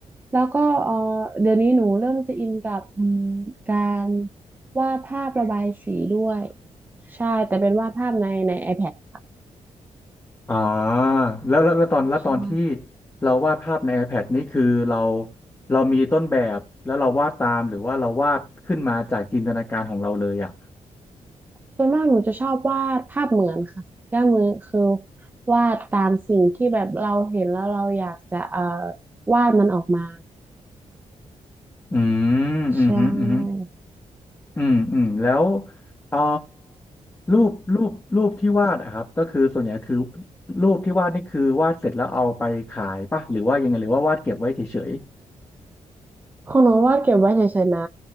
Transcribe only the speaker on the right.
แล้วก็เออเดี๋ยวนี้หนูเริ่มจะอินกับอืมการวาดภาพระบายสีด้วยใช่ แต่เป็นวาดภาพในใน iPad ค่ะ
ใช่
ส่วนมากหนูจะชอบวาดภาพเหมือนค่ะก็มือคือวาดตามสิ่งที่แบบเราเห็นแล้วเราอยากจะเอ่อวาดมันออกมา
ใช่
ของหนูวาดเก็บไว้เฉยๆนะ